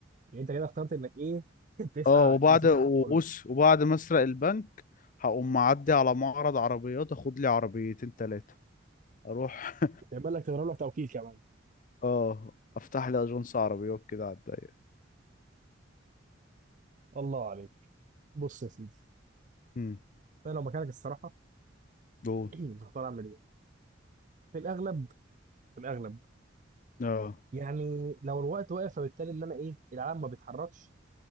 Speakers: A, on the right; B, on the left.
A: يعني انت كده اخترت انك ايه؟ <laughs> تفقع
B: اه وبعد
A: اللي في
B: آه. وبص
A: الكل
B: وبعد ما اسرق البنك هقوم معدي على معرض عربيات اخد لي عربيتين تلاتة اروح
A: وتعمل لك تضرب له توكيل كمان
B: <laughs> اه افتح لي اجنس عربيات كده على الضيق
A: الله عليك بص يا سيدي
B: امم
A: انا لو مكانك الصراحة
B: دول
A: <clears throat> هختار اعمل ايه؟ في الاغلب في الاغلب
B: اه
A: يعني لو الوقت واقف فبالتالي ان انا ايه العالم ما بيتحركش